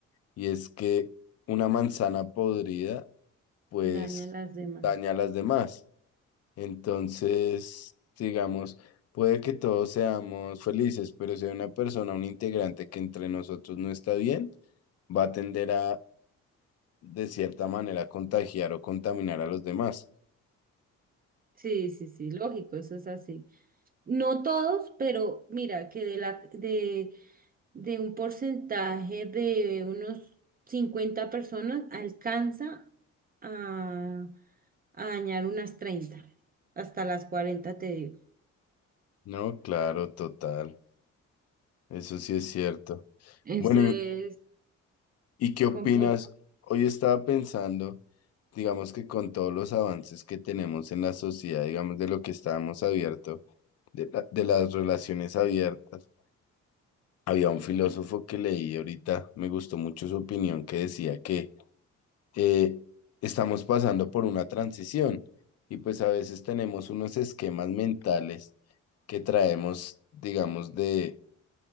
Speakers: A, on the left; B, on the right.
A: y es que una manzana podrida pues
B: Daña a las demás.
A: daña a las demás. Entonces, digamos, puede que todos seamos felices, pero si hay una persona, un integrante que entre nosotros no está bien, va a tender a, de cierta manera, contagiar o contaminar a los demás.
B: Sí, sí, sí, lógico, eso es así. No todos, pero mira que de la de, de un porcentaje de unos 50 personas alcanza a, a dañar unas 30, hasta las 40 te digo.
A: No, claro, total. Eso sí es cierto.
B: Eso
A: Bueno, ¿y,
B: es
A: y qué opinas?
B: complicado.
A: Hoy estaba pensando, digamos que con todos los avances que tenemos en la sociedad, digamos de lo que estábamos abierto, de, la- de las relaciones abiertas, Había un filósofo que leí ahorita, me gustó mucho su opinión, que decía que eh, estamos pasando por una transición y pues a veces tenemos unos esquemas mentales que traemos, digamos, de